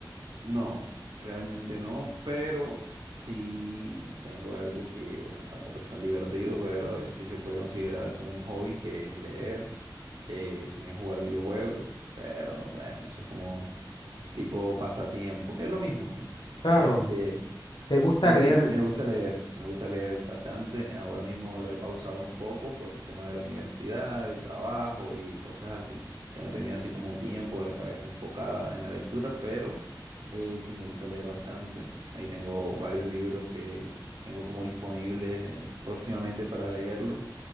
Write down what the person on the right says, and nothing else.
No, realmente no, pero sí tengo algo que, bueno, tampoco es tan divertido, pero eh, sí se puede considerar como un hobby, que es leer, eh, también jugar videojuegos, pero bueno, eso es como tipo pasatiempo, que es lo mismo. <laughs>
Este,
pero
sí, me gusta leer, me gusta leer bastante. Ahora mismo lo he pausado un poco por tema de la universidad, del trabajo y cosas así, que no he tenido así como tiempo, la cabeza enfocada en la lectura, pero eh, sí me gusta leer bastante. Ahí tengo varios libros que tengo como disponibles eh, próximamente para leerlos.